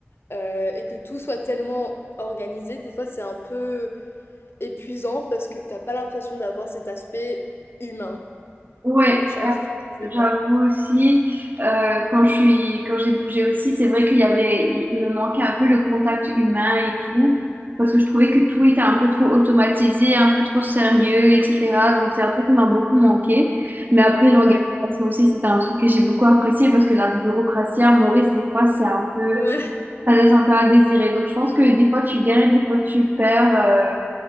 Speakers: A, on the left; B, on the right.
A: euh, et que tout soit tellement organisé, des fois c'est un peu épuisant parce que t'as pas l'impression d'avoir cet aspect humain.
B: ouais.
A: Je sais pas si tu vois ce que je veux
B: J'avoue
A: dire.
B: aussi, euh, quand je suis, quand j'ai bougé aussi, c'est vrai qu'il y avait, il, il me manquait un peu le contact humain et tout, parce que je trouvais que tout était un peu trop automatisé, un peu trop sérieux, etc. Donc c'est un truc qui m'a beaucoup manqué. Mais après, l'organisation
A: Ouais.
B: aussi, c'était un truc que j'ai beaucoup apprécié parce que la bureaucratie à Maurice, des fois, c'est un peu,
A: Ouais. <laughs>
B: ça laisse un peu à désirer. Donc je pense que des fois tu gagnes, des fois tu perds, euh,